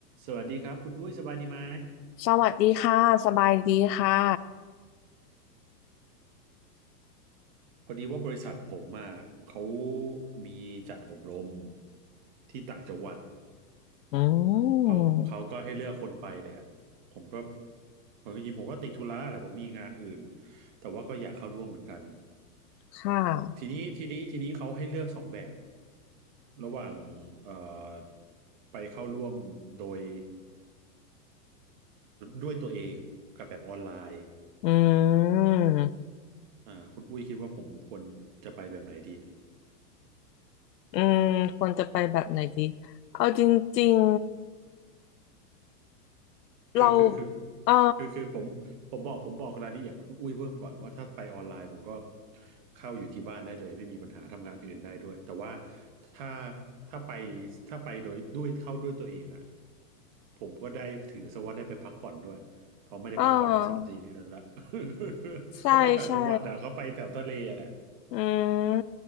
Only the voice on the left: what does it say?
สวัสดีค่ะ สบายดีค่ะ
อืม
ค่ะ
อืม
อืมควรจะไปแบบไหนดี เอาจริงๆ เรา
เออ
เออ
ใช่
ใช่ อืม